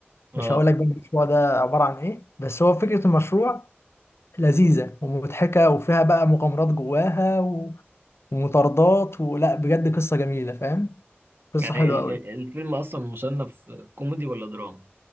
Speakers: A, on the right; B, on the left.
A: اه
B: مش هقول لك بقى المشروع ده عباره عن ايه بس هو فكره المشروع لذيذه ومضحكه وفيها بقى مغامرات جواها و... ومطاردات ولا بجد قصه جميله فاهم قصه
A: يعني
B: حلوه
A: ال-
B: قوي
A: ال- الفيلم أصلا مصنف كوميدي ولا دراما